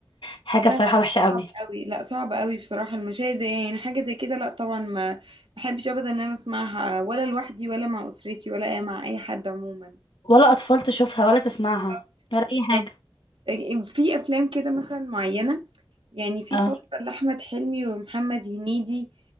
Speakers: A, on the left (about 75°); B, on the right (about 85°).
A: حاجه
B: لا
A: بصراحه
B: لا
A: وحشه
B: صعب
A: قوي
B: قوي لا صعب قوي بصراحة المشاهد زي يعني حاجة زي كده لا طبعا ما بحبش ابدا ان انا اسمعها ولا لوحدي ولا مع اسرتي ولا مع اي حد عموما
A: ولا اطفال تشوفها ولا تسمعها
B: بالظبط
A: ولا
B: بالظبط
A: اي حاجه
B: في افلام كده مثلا معينه يعني في
A: اه
B: فتره لاحمد حلمي ومحمد هنيدي